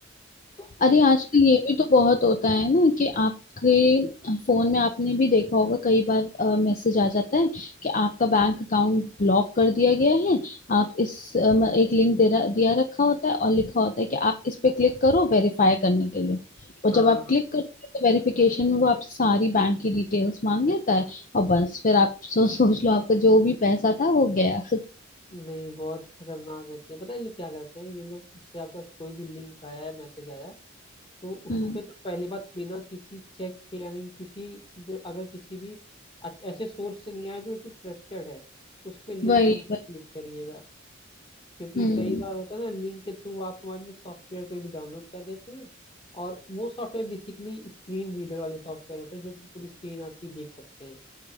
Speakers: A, on the left; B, on the left.
A: तो
B: अरे
A: इस
B: आजकल ये भी तो बहुत होता है ना कि आपके फोन में आपने भी देखा होगा कई बार मैसेज आ जाता है कि आपका बैंक अकाउंट ब्लॉक कर दिया गया है आप इस अ, म- एक लिंक दे रा- दिया रखा होता है और लिखा होता है कि आप इस पे क्लिक करो वेरीफाई करने के लिए और
A: हाँ
B: जब आप क्लिक करते हो तो वेरिफिकेशन में वो आपसे सारी बैंक की डिटेल्स मांग लेता है और बस फिर आप <laughs> सो, सोच लो आपका जो भी पैसा था वो गया
A: नहीं बहुत खतरनाक होते हैं पता है ये लोग क्या करते हैं ये लोग जैसे आपके पास कोई भी लिंक आया है मैसेज आया तो उस
B: हम्म
A: पे तो पहली बात बिना किसी चेक के यानी कि किसी जो अगर किसी भी अच्छ- ऐसे सोर्स से नहीं आया जो कि ट्रस्टेड है उस पे लिंक
B: वही
A: पे क्लिक
B: वही
A: करिएगा क्योंकि
B: हम्म
A: कई बार होता है ना लिंक के थ्रू आप मोबाइल में सॉफ्टवेयर कोई भी डाउनलोड कर देते हैं और वो सॉफ्टवेयर बेसिकली स्क्रीन रीडर वाले सॉफ्टवेयर होते हैं जो कि पूरी स्क्रीन आपकी देख सकते हैं